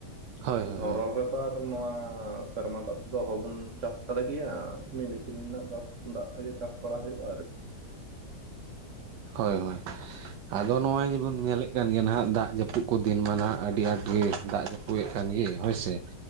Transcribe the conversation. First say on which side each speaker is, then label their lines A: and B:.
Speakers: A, on the right; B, on the right.
A: ᱦᱳᱭ ᱦᱳᱭ
B: ᱫᱷᱚᱨᱚᱱ ᱨᱮ ᱟᱨ ᱱᱚᱣᱟ ᱥᱮᱨᱢᱟ ᱫᱟᱜᱽ ᱛᱮᱫᱚ ᱚᱦᱚᱵᱚᱱ ᱪᱟᱥ ᱫᱟᱲᱮ ᱠᱮᱭᱟ ᱢᱤᱱᱤᱯᱤᱱ ᱨᱮᱱᱟᱜ ᱵᱟᱥ ᱫᱟᱜᱽ ᱛᱮᱜᱮ ᱪᱟᱥ ᱵᱟᱲᱟ ᱦᱩᱭᱩᱜᱼᱟ ᱟᱨ
A: ᱦᱳᱭ ᱦᱳᱭ᱾ ᱟᱫᱚ ᱱᱚᱜᱼᱚᱭ ᱡᱮ ᱵᱚᱱ ᱧᱮᱞᱮᱜ ᱠᱟᱱ ᱜᱮᱭᱟ ᱱᱟᱦᱟᱸᱜ ᱫᱟᱜᱽ ᱡᱟᱹᱯᱩᱜ ᱠᱚ ᱫᱤᱱ ᱢᱟ ᱱᱟᱦᱟᱸᱜ ᱟᱹᱰᱤ ᱟᱸᱴ ᱜᱮ ᱫᱟᱜᱽ ᱡᱟᱹ ᱯᱩᱜ ᱮᱱ ᱠᱟᱱ ᱜᱮ ᱦᱳᱭ ᱥᱮ,